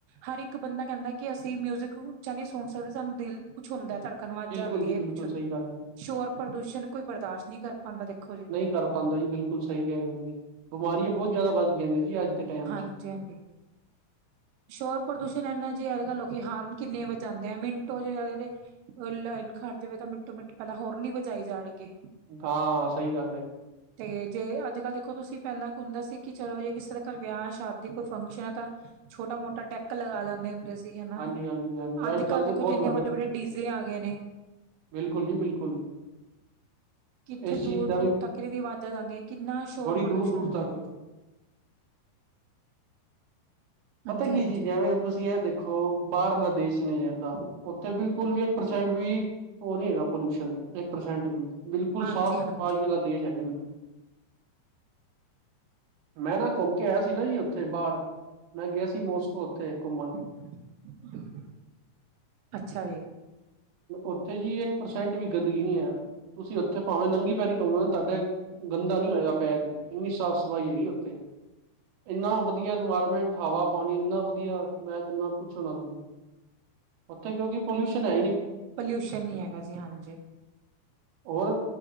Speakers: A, on the right; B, on the right.
A: ਹਰ ਇੱਕ ਬੰਦਾ ਕੈਨਦਾ ਕਿ ਅਸੀਂ ਮਿਯੁਜ਼ਿਕ ਉਚਾ ਨੀ ਸੁਨ ਸਕਦੇ ਸਾਨੂੰ ਦਿਲ ਕੁਛ ਹੁੰਦਾ ਤੜ ਕਨ ਅਵਾਜਾ
B: ਬਿਲਕੁਲ
A: ਆਂਦੀ
B: ਜੀ
A: ਏ
B: ਬਿਲਕੁਲ
A: ਕੁਛ,
B: ਸਹੀ ਗੱਲ ਹੈ
A: ਸ਼ੋਰ ਪ੍ਰਦੂਸ਼ਣ ਕੋਈ ਬਰਦਾਸ਼ ਨੀ ਕਰ ਪਾਂਦਾ ਦੇਖੋ ਜੀ
B: ਕਰ ਪਾਉਂਦਾ ਜੀ ਬਿਲਕੁਲ ਸਹੀ ਕਹਿ ਰਹੇ ਨੇ, ਜ ਬਿਮਾਰੀਆਂ ਬਹੁਤ ਜ਼ਿਆਦਾ ਵਧਗੀਆ ਜੀ ਨੇ ਜੀ ਅੱਜ ਦੇ ਟਾਈਮ
A: ਹਾਂਜੀ-
B: ਚ
A: ਹਾਂਜੀ। ਸ਼ੋਰ ਪ੍ਰਦੂਸ਼ਣ ਇੰਨਾ ਜੀ, ਅੱਜ ਕੱਲ੍ਹ ਲੋਕ ਹਾਰਨ ਕਿੰਨੇ ਵਜਾਂਦੇ ਆ, ਮਿੰਟੋ ਚ ਲਾਈਨ ਖੜ ਜਾਵੇ, ਤਾਂ ਮਿੰਟੋ ਮਿੰਟ, ਪਹਿਲਾਂ ਹੋਰਨ ਹੀ ਵਜਾਈ ਜਾਣਗੇ।
B: ਹਾਂ, ਸਹੀ ਗੱਲ ਹੈ।
A: ਤੇ ਜੇ, ਅੱਜ ਕੱਲ ਦੇਖੋ ਤੁਸੀਂ ਪਹਿਲਾਂ ਕ ਹੁੰਦਾ ਸੀ, ਕਿ ਚਲੋ ਜੇ ਕਿਸੇ ਦੇ ਘਰ ਵਿਆਹ ਸ਼ਾਦੀ ਕੋਈ ਫੰਕਸ਼ਨ ਹੈ ਤਾਂ ਛੋਟਾ-ਮੋਟਾ ਡੈਕ ਲਗਾ ਲੈਂਦੇ ਹੁੰਦੇ ਸੀ। ਹੈ ਨਾ
B: ਹਾਂਜੀ ਹਾਂਜੀ ਹਾਂਜੀ
A: ਅੱਜ ਕੱਲ੍ਹ ਦੇਖੋ
B: ਦੇ ਬਹੁਤ
A: ਜੀ, ਇਹਨੇ ਵੱਡੇ ਵੱਡੇ ਡੀਜ਼ੇ ਆ ਗਏ ਨੇ।
B: ਬਿਲਕੁਲ ਜੀ ਬਿਲਕੁਲ।
A: ਕਿੱਥੇ
B: ਇਸ ਚੀਜ਼
A: ਦੂਰ
B: ਦਾ ਵੀ
A: ਦੂਰ ਤੱਕ ਇਹਨਾਂ ਦੀ ਆਵਾਜ਼ਾਂ ਜਾਂਦੀਆਂ, ਕਿੰਨਾ ਸ਼ੋਰ
B: ਬੜੀ
A: ਪ੍ਰਦੂਸ਼ਨ
B: ਦੂਰ ਦੂਰ
A: ਹੁੰਦਾ
B: ਤੱਕ
A: ਜੀ।
B: ਪਤਾ
A: ਹਾਂਜੀ
B: ਕੀ
A: ਹਾਂਜੀ
B: ਹੈ ਜੀ, ਜਿਵੇਂ ਹੁਣ ਤੁਸੀਂ ਇਹ ਦੇਖੋ। ਦੇਖੋ ਬਾਹਰਲਾ ਦੇਸ਼ ਨੀ ਏਦਾਂ ਉੱਥੇ ਬਿਲਕੁਲ ਵੀ ਇੱਕ ਪ੍ਰਸੈਂਟ ਵੀ ਉਹ ਨੀ ਹੈਗਾ ਪੋਲਿਊਸ਼ਨ ਇੱਕ ਪਰਸੈਂਟ ਵੀ ਬਿਲਕੁਲ
A: ਹਾਂਜੀ
B: ਸਾਫ਼ ਸਫਾਈ
A: ਹਾਂਜੀ
B: ਵਾਲਾ ਦੇਸ਼ ਹੈਗਾ। ਮੈਂ ਨਾ ਘੁੰਮ ਕੇ ਆਇਆ ਸੀ ਨਾ ਜੀ ਉੱਥੇ ਬਾਰ। ਮੈਂ ਗਿਆ ਸੀ। ਮੋਸਕੋ ਉੱਥੇ ਘੁੰਮਣ
A: <unintelligible> ਅੱਛਾ ਜੀ
B: ਉੱਥੇ ਜੀ ਇੱਕ ਪਰਸੈਂਟ ਵੀ ਗੰਦਗੀ ਨੀ ਐ, ਤੁਸੀਂ ਉੱਥੇ ਪਾਵੇਂ ਨੰਗੀ ਪੈਰੀ ਘੁੰਮੋ ਤੁਹਾਡੇ ਗੰਦਾ ਨੀ ਹੋਏਗਾ ਪੈਰ ਐਨੀ ਸਾਫ਼ ਸਫ਼ਾਈ ਹੈਗੀ ਉੱਥੇ ਏਨਾ ਵਧੀਆ ਇਨਵਾਇਰਮੈਂਟ ਹਵਾ ਪਾਣੀ ਏਨਾ ਵਧੀਆ ਮੈਂ ਕਹਿਣਾ ਪੁੱਛੋ ਨਾ ਤੁਸੀਂ ਉੱਥੇ ਕਿਉ ਕਿ ਪਲਿਊਸ਼ਨ ਐ।
A: ਪੋਲਿਊਸ਼ਨ ਨੀ ਹੈਗਾ ਸੀ, ਹਾਂਜੀ।
B: ਹੋਰ